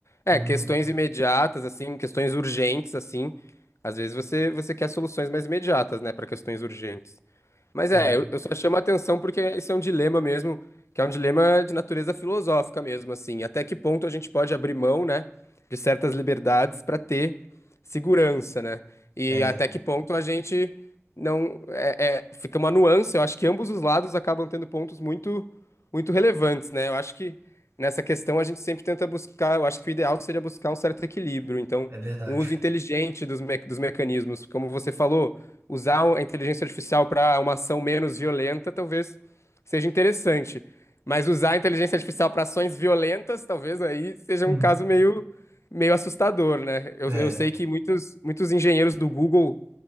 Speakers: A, on the left (about 75°); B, on the right (about 80°).
A: É,
B: uhum,
A: questões imediatas, assim, questões urgentes, assim. Às vezes você, você quer soluções mais imediatas, né, para questões urgentes. Mas
B: é,
A: é, eu, eu só chamo a atenção porque esse é um dilema mesmo, que é um dilema de natureza filosófica mesmo, assim. Até que ponto a gente pode abrir mão, né, de certas liberdades para ter segurança, né? E
B: é,
A: até que ponto a gente não é, é- fica uma nuance. Eu acho que ambos os lados acabam tendo pontos muito, muito relevantes, né? Eu acho que nessa questão a gente sempre tenta buscar. Eu acho que o ideal seria buscar um certo equilíbrio. Então,
B: é verdade.
A: um uso inteligente dos, me- dos mecanismos, como você falou usar a inteligência artificial para uma ação menos violenta talvez seja interessante. Mas usar a inteligência artificial para ações violentas talvez aí seja
B: Hum,
A: um caso meio, meio assustador, né? Eu,
B: é,
A: eu sei que muitos, muitos engenheiros do Google